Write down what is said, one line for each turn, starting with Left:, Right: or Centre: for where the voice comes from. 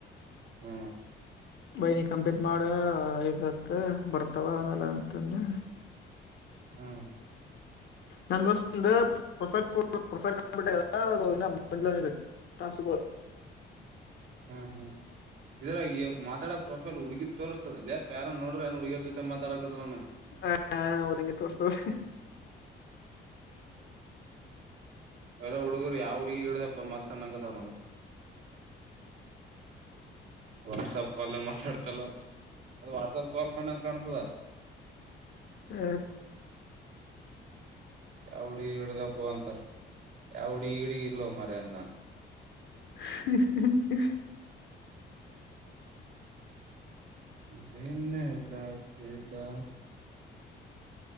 Right: ಹ್ಮ
Left: ಬೈನಿ ಕಂಪ್ಲೀಟ್ ಮಾಡ ಇತ್ತ ಬರ್ತಾವ ಆಮೇಲೆ ಅಂತಂದೆ
Right: ಹ್ಮ್
Left: ನನ್ನ ದೋಸ್ತಂದ ಪ್ರೊಫೈಲ್ ಪ್ರೊಫೈಲ್ ಕಾಣಬಿಟ್ಟ ಅ ಇನ್ನ ತಾಸಗೊ
Right: ಹ್ಮ್ ಹ್ಮ್ ಇದ್ರಾಗತಡಕ್ ಪ್ರೊಫೈಲ್ ಹುಡಗಿ ತೋರ್ಸದ ಲೆ ಪಾ ಯಾರರೆ ನೋಡ್ರ ಏನ್ ಹುಡುಗ್ಯಾರ್ ಜೊತೆ ಮಾತಡಕದಲ್ಲ ನಂಗಗೆ
Left: ಹ ಹೌದ ಹಂಗೇ ತೋರ್ಸ್ತಾದ
Right: ಎಲ್ಲ ಹುಡುಗರು ಯಾವ ಹುಡುಗಿ ಗಿಡದಪ್ಪ ಮತ ಅನಕತವ್ ನನಗೆ ವಾಟ್ಸಪ್ ಕಾಲ್ ಮಾತಾಡ್ತಲ್ಲ ಅಂತ <inaudible> ಅದು ವಾಟ್ಸಪ್ ಕಾಲ್ ಕಂಡಂಗ ಕಾಣ್ತದ
Left: ಹ್ಮ್
Right: ಯಾ ಹುಡಗಿ ಈಗಡದಪ್ಪ ಅಂತಾರ ಯಾ ಹುಡಗಿ ಈಗಡಗ ಇಲ್ಲ ಮರ್ಯಂದ
Left: ಹ ಹ
Right: ಭಿನ್ನಲ್ಲಾಗಿದ